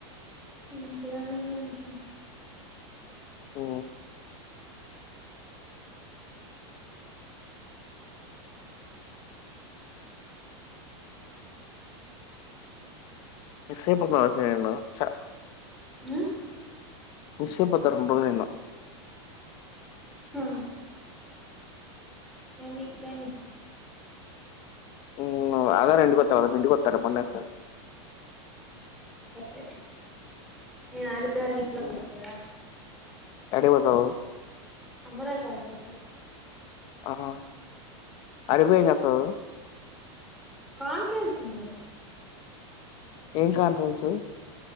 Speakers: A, in the centre; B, on the left (about 30°).
A: ఇంకేం ఉంది వంశీ
B: హ్ మిస్సై పోతున్న హే నేను చా
A: ఆహ్
B: మిస్ అయిపోతారు మళ్ళీ నూ
A: ఆ, నీ కానీ
B: హ్మ ఆదివారం ఇంటికొచాలే రేప్ మీ ఇంటికి యోత్తాలే బండి ఎస్కొనీ.
A: సరే నేను ఆదివారం ఇంట్లోనే
B: హ్మ్.
A: గదా
B: యాడికి పోతావు?
A: అమ్మరాయ్ కాసెట్
B: ఆహా ఆడికి పోయి ఏం చేస్తావూ.
A: కాన్ఫిడెన్స్ ఉండదు.
B: ఏం కాన్ఫరెన్స్సు